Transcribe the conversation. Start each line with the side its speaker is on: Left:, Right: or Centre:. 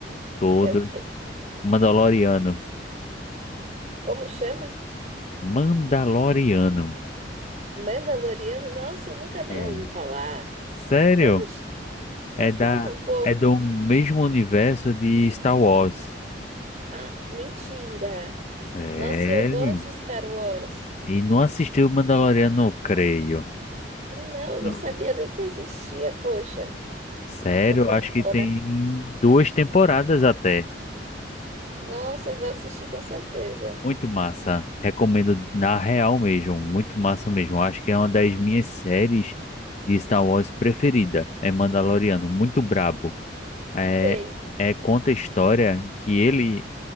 Left: todo.
Right: É o quê?
Left: Mandaloriano.
Right: Como chama?
Left: Mandaloriano.
Right: Mandaloriano? Nossa, eu nunca nem
Left: É.
Right: ouvi falar.
Left: Sério?
Right: Como... ch- Me
Left: É da,
Right: conta um pouco.
Left: é do mesmo universo de Star Wars.
Right: Ah, mentira.
Left: Sério?
Right: Nossa, eu gosto de Star Wars.
Left: E não assistiu o Mandaloriano, não creio.
Right: Não, eu
Left: Não.
Right: não sabia nem que existia, poxa.
Left: Sério,
Right: Tô por
Left: eu acho que
Right: fora.
Left: tem duas temporadas até.
Right: Nossa, eu vou assistir com certeza.
Left: Muito massa. Recomendo na real mesmo. Muito massa mesmo. Acho que é uma das minhas séries de Star Wars preferida. É Mandaloriano. Muito brabo. É,
Right: Sei,
Left: é conta a história que ele,